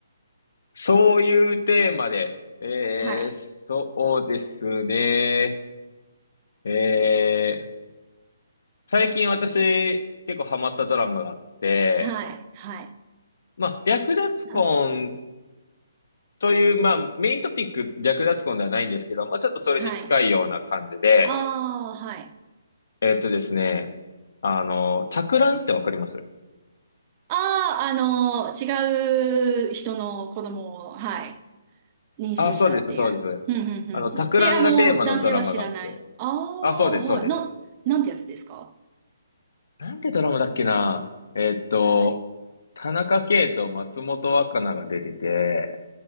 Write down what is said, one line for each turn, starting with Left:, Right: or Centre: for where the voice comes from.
Left: そういうテーマで、えー、
Right: はい、
Left: そうですね。えー、最近私、結構ハマったドラマがあって、
Right: はい、はい、
Left: まあ、略奪婚
Right: な
Left: という、まあ、メイントピック略奪婚ではないんですけど、まあ、ちょっとそれに近いような感じで、
Right: はい。ああ、はい。
Left: えっとですね、あの、タクランってわかります
Right: ああ、あの、違う人の子供を、はい、妊娠したっていう。
Left: あ、そうです、そうです。
Right: ふんふんふんふん。
Left: あの、タクランがテーマのドラマがあって、
Right: で、あの、男性は知らない。ああ、
Left: あ、そうです、そうです。
Right: はい。な、なんてやつですか
Left: なんてドラマだっけなえっと、
Right: はい。
Left: 田中圭と松本若菜が出てて、